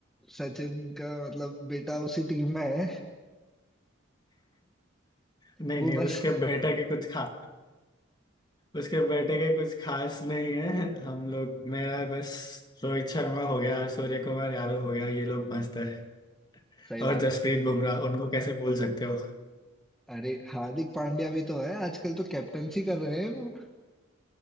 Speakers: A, in the centre; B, on the left.
A: सचिन का मतलब बेटा उसी टीम में है
B: नहीं
A: वो
B: नहीं
A: बस
B: उसके बेटे के कुछ खा उसके बेटे के कुछ खास नहीं है हम लोग मेरा बस रोहित शर्मा हो गया सूर्य कुमार यादव हो गया ये लोग मस्त है
A: सही
B: और
A: बात
B: जसप्रीत
A: है
B: बुमराह उनको कैसे भूल सकते हो
A: अरे हार्दिक पांड्या भी तो है आजकल तो कैप्टनसी कर रहे हैं वो